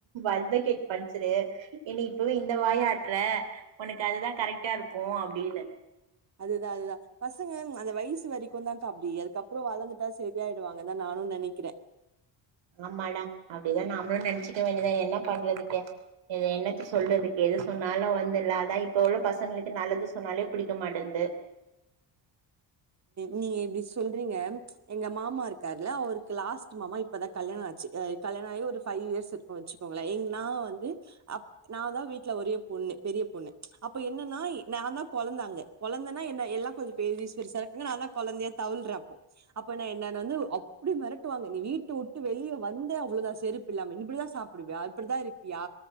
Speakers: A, on the right; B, on the right.
A: அட்வெகேட் பட் செரி என்னே இப்பவே இந்த வாய் ஆட்ற உனக்கு அதுதா கரெக்டா இருக்கும் அப்டின்னு
B: அதுதான் அதுதான் பசங்க அந்த வயசு வரிக்கும் தான்க்கா அப்டி அதுக்கப்பறம் வளர்ந்துட்டா சே ரியாயிடுவாங்கதான் நானும் நெனைக்கிதே
A: ஆமாடா அப்டி தான் நாமளும் நெனச்சுக்க வேண்டியதான் என்ன பண்றதுக்கே இது என்னத்த சொல்றதுக்கு எது சொன்னாலும் வந்துல அதா இப்ப உள்ள பசங்ளுக்கு நல்லது சொன்னாலே பிடிக்க மாட்டன்து
B: நீங்க இப்டி சொல்றிங்க எங்க மாமாருக்காருல அவருக்கு லாஸ்ட்டு மாமா இப் இப்பதா கல்யாண ஆச்சு ஆ இப் கல்யாண ஆயி ஒரு ஃபைவ் இயர்ஸ் இருக்குன் வெச்சுக்கோங்களே எங் நா வந்து அப் நா தா வீட்ல ஒரே பொண்ணு பெரிய பொண்ணு அப்ப என்னன்னா இ நா தா கொழந்த அங்க கொழந்தன்னா என்ன எல்லா கொஞ்சோ பெரிஸ்பெரிசாருக்காங் நா தா கொழந்தயா தவிழ்ற அப்போ அப்ப நா என்ன என்ன வந்து அப்டி மெரட்டுவாங்க நீ வீட்ட உட்டு வெளிய வந்த அவ்ளோதா செருப் பில்லாம இப்டிதா சாப்டுவியா இப்டிதா இருப்பியா